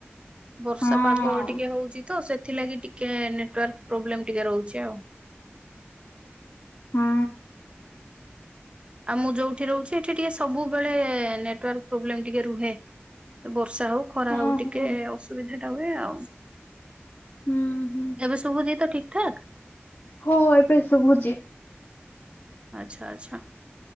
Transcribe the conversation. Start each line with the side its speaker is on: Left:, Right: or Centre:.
Right: ବର୍ଷା
Left: ହଁ
Right: ପାଗ ଟିକେ ହଉଚି ତ ସେଥିଲାଗି ଟିକେ ନେଟୱାର୍କ ପ୍ରୋବ୍ଲେମ ଟିକେ ରହୁଚି ଆଉ।
Left: ହଁ।
Right: ଆଉ ମୁଁ ଯୋଉଠି ରହୁଚି ଏଠି ଟିକିଏ ସବୁବେଳେ ନେଟୱାର୍କ ପ୍ରୋବ୍ଲେମ ଟିକିଏ ରୁହେ। ବର୍ଷା ହଉ। ଖରା
Left: ହଁ
Right: ହଉ ଟିକେ
Left: ହଁ
Right: ଅସୁବିଧା ଟା ହୁଏ ଆଉ
Left: ହୁଁ ହୁଁ
Right: ଏବେ ସବୁ ଯିଏ ତ ଠିକ ଠାକ୍
Left: ହ ଏବେ ସୁବୁଚି।
Right: ଆଛା ଆଚ୍ଛା